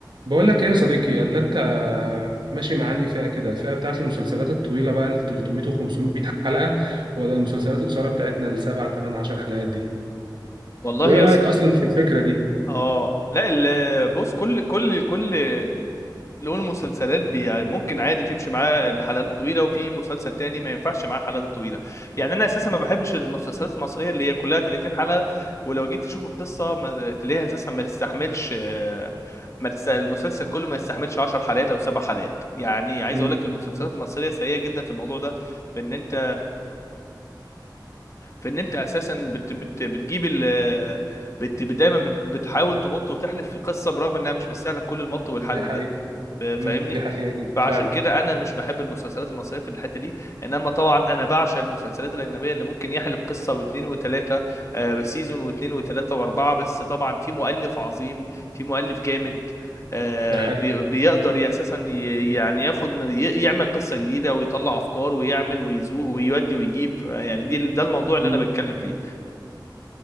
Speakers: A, on the right (about 75°); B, on the left (about 40°).
A: بقول لك ايه يا صديقي اللي انت ماشي مع انهي فئه كده الفئه بتاعت المسلسلات الطويله بقى ال 300 و 500 حلقه ولا المسلسلات القصيره بتاعتنا السبع 8 10 حلقات دي
B: والله
A: وايه
B: يص...
A: رايك اصلا في الفكره دي
B: اه لا ال... بص كل كل كل لون مسلسلات بي... يعني ممكن عادي تمشي معاه الحلقات الطويله وفي مسلسل تاني ما ينفعش معاه الحلقات الطويله يعني انا اساسا ما بحبش المسلسلات المصريه اللي هي كلها 30 حلقه ولو جيت تشوف القصه ما تلاقيها اساسا ما تستحملش آه، ما تست... المسلسل كله ما يستحملش 10 حلقات او سبع حلقات يعني عايز
A: امم
B: اقول لك المسلسلات المصريه سيئه جدا في الموضوع ده في ان انت فان انت اساسا بت بت بتجيب ال بت بت- دايما بت بتحاول تمط وتحلف في القصه برغم انها مش مستاهله كل المط والحلب
A: دي حقيقه
B: ده فاهمني
A: امم دي حقيقه جدا
B: فعشان
A: فعلا
B: كده انا مش بحب المسلسلات المصريه في الحته دي انما طبعا انا بعشق المسلسلات الاجنبيه اللي ممكن يحلب قصه واثنين وثلاثه سيزون واثنين وثلاثه واربعه بس طبعا في مؤلف عظيم في مؤلف جامد آه،
A: ده حقيقه
B: بي- بيقدر ي- اساسا ي- يعني ياخد من ي- يعمل قصه جديده ويطلع افكار ويعمل ويزوق ويودي ويجيب يعني دي ده الموضوع اللي
A: امم
B: انا بتكلم فيه